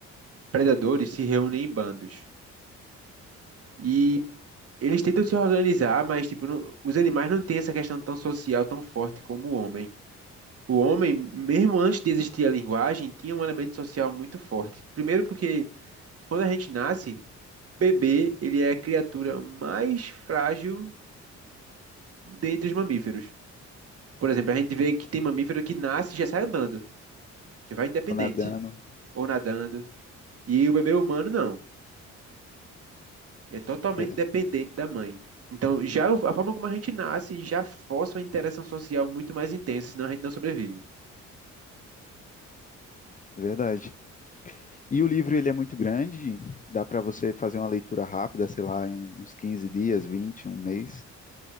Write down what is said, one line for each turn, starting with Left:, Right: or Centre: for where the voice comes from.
Right: predadores se reúnem em bandos, e eles tentam se organizar, mas, tipo, não- os animais não têm essa questão tão social, tão forte como o homem. O homem, mesmo antes de existir a linguagem, tinha um elemento social muito forte. Primeiro porque, quando a gente nasce, bebê, ele é a criatura mais frágil dentre os mamíferos. Por exemplo, a gente vê que tem mamífero que nasce e já sai andando, já vai independente,
Left: Ficou nadando.
Right: ou nadando. E o bebê humano não, é totalmente
Left: É, é
Right: dependente da mãe. Então, já o- a forma como a gente nasce já força uma interação social muito mais intensa, senão a gente não sobrevive.
Left: verdade. E o livro ele é muito grande, dá para você fazer uma leitura rápida, sei lá, em uns 15 dias, 20, um mês.